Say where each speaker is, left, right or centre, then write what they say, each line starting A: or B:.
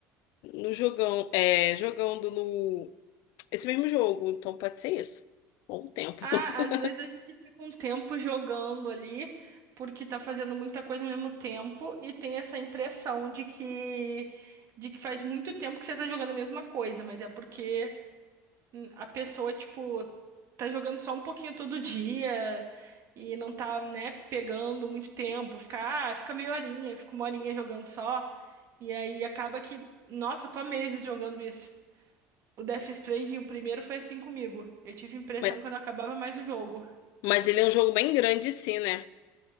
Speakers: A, on the left; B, on the right.
A: no jogão, é, jogando no esse mesmo jogo, então pode ser isso. Bom tempo.
B: Ah,
A: <laughs>
B: às vezes a gente fica um tempo jogando ali, porque tá fazendo muita coisa ao mesmo tempo e tem essa impressão de que de que faz muito tempo que você tá jogando a mesma coisa, mas é porque hum, a pessoa, tipo, tá jogando só um pouquinho todo dia e não tá, né, pegando muito tempo, fica, ah, fica meia horinha, fica uma horinha jogando só. E aí acaba que, nossa, tô há meses jogando isso. O Death Stranding, o primeiro foi assim comigo. Eu tive a impressão
A: Mas,
B: que eu não acabava mais o jogo.
A: mas ele é um jogo bem grande, sim, né?